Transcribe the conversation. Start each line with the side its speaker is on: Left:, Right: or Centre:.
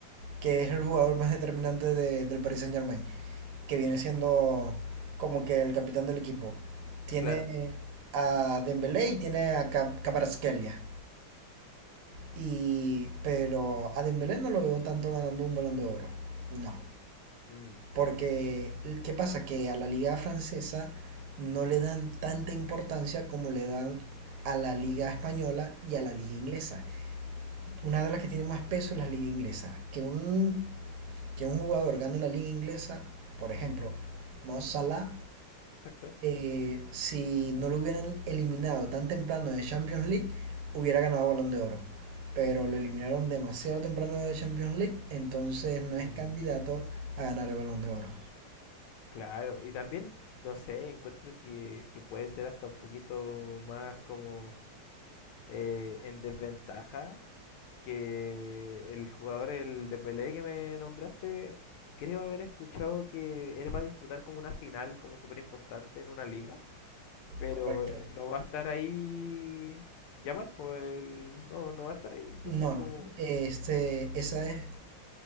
Right: que es el jugador más determinante de- del Paris Saint-Germain, que viene siendo como que el capitán del equipo. Tiene
Left: claro.
Right: a Dembélé y tiene a Cap Kvaratskhelia. Y, pero a Dembélé no lo veo tanto ganando un balón de oro. No.
Left: Mm,
Right: Porque, ¿qué pasa? Que a la liga francesa no le dan tanta importancia como le dan a la liga española y a la liga inglesa. Una de las que tiene más peso es la liga inglesa. Que un, que un jugador gane la liga inglesa, por ejemplo, Mo Salah,
Left: exacto.
Right: eh, si no lo hubieran eliminado tan temprano de Champions League, hubiera ganado Balón de Oro. Pero lo eliminaron demasiado temprano de Champions League, entonces no es
Left: Mm.
Right: candidato a ganar el Balón de Oro.
Left: Claro, y también, no sé, encuentro que, que puede ser hasta un poquito más como eh, en desventaja que el jugador, el Dembélé que me nombraste, creo haber escuchado que él va a disputar como una final, como súper importante en una liga, pero
Right: Correcto.
Left: eh, no va a estar ahí Yamal, pues el- no, no va a estar ahí, entonces
Right: No,
Left: como,
Right: no. Este, esa es